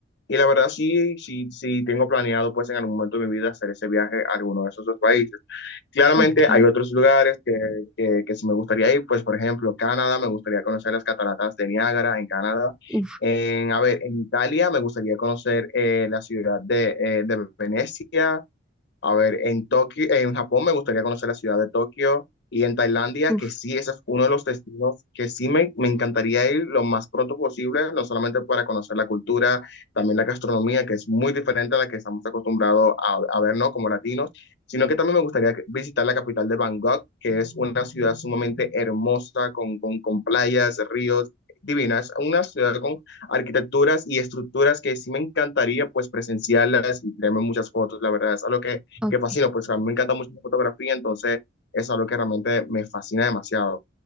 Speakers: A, on the left; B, in the centre.
A: Y la verdad sí, sí, sí tengo planeado pues en algún momento de mi vida hacer ese viaje a alguno de esos dos países. Claramente
B: Ok,
A: hay otros lugares que, que, que sí me gustaría ir, pues por ejemplo Canadá, me gustaría conocer las cataratas de Niágara en Canadá.
B: uf,
A: En, a ver, en Italia me gustaría conocer eh, la ciudad de, eh, de Venecia, a ver, en Tokio, en Japón me gustaría conocer la ciudad de Tokio y en Tailandia,
B: uf,
A: que sí, ese es uno de los destinos que sí me, me encantaría ir lo más pronto posible, no solamente para conocer la cultura, también la gastronomía, que es muy diferente a la que estamos acostumbrados a, a ver, ¿no? Como latinos, sino que también me gustaría visitar la capital de Bangkok, que es una ciudad sumamente hermosa, con, con, con playas, ríos divinas, una ciudad con arquitecturas y estructuras que sí me encantaría pues presenciarlas y tenerme muchas fotos, la verdad, es algo que
B: ok.
A: que fascino, pues a mí me encanta mucho la fotografía, entonces es algo que realmente me fascina demasiado.